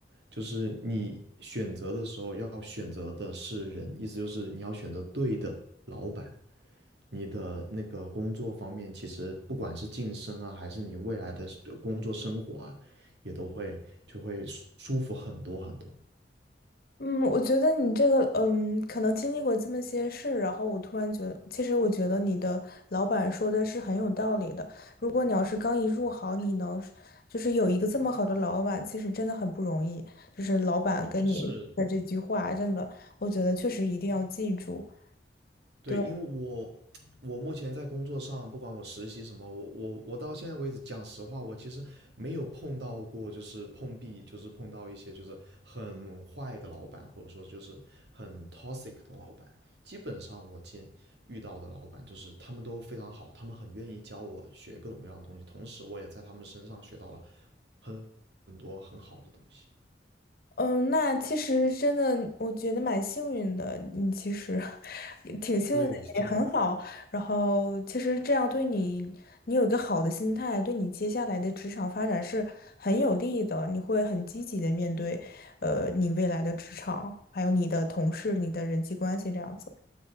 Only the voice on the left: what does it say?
嗯，我觉得你这个，嗯，可能经历过这么些事，然后我突然觉得，其实我觉得你的老板说的是很有道理的。如果你要是刚一入行，你能就是有一个这么好的老板，其实真的很不容易。就是老板跟你的这句话，
真的，我觉得确实一定要记住。
对。
嗯，那其实真的，我觉得蛮幸运的。你其实 <laughs> 挺幸运的，
也很好。然后，其实这样对你，你有一个好的心态，对你接下来的职场发展是很有利的。你会很积极的面对，呃，你未来的职场，还有你的同事、你的人际关系这样子。